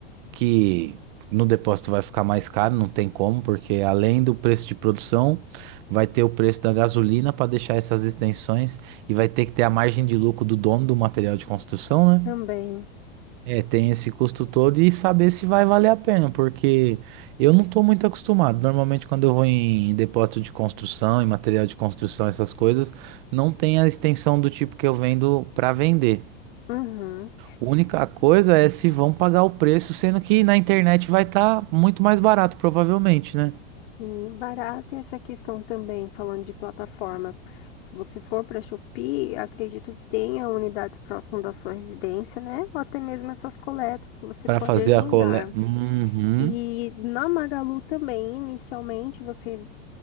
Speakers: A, on the right; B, on the left.
A: que no depósito vai ficar mais caro, não tem como, porque além do preço de produção, vai ter o preço da gasolina para deixar essas extensões e vai ter que ter a margem de lucro do dono do material de construção, né?
B: Também.
A: É, tem esse custo todo e saber se vai valer a pena, porque eu não estou muito acostumado. Normalmente, quando eu vou em depósito de construção, em material de construção, essas coisas, não tem a extensão do tipo que eu vendo para vender.
B: Uhum.
A: Única coisa é se vão pagar o preço, sendo que na internet vai estar muito mais barato, provavelmente, né?
B: E barato é essa questão também, falando de plataformas. Se você for para Shopee, acredito que tenha unidades próximas da sua residência, né? Ou até mesmo essas coletas que você
A: Para
B: pode
A: fazer
B: agendar.
A: a coleta. Uhum.
B: E na Magalu também, inicialmente, você